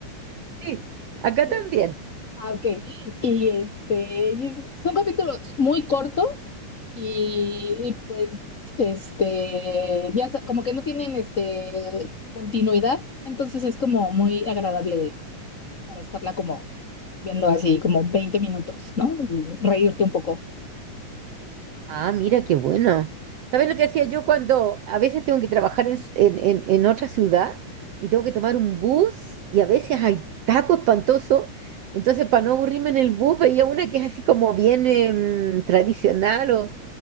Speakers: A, on the right; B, on the left.
A: Sí, acá
B: <laughs>
A: también.
B: Ah, ok. Y este, y es- son capítulos muy cortos y, y, pues, este, ya sa- como que no tienen este continuidad, entonces es como muy agradable para estarla como viendo así como 20 minutos, ¿no? Y reírte un poco.
A: Ah, mira, qué bueno. ¿Sabes lo que hacía yo cuando a veces tengo que trabajar en, en- en- en otra ciudad y tengo que tomar un bus y a veces hay taco espantoso? Entonces, para no aburrirme en el bus, veía una que es así como bien em, tradicional o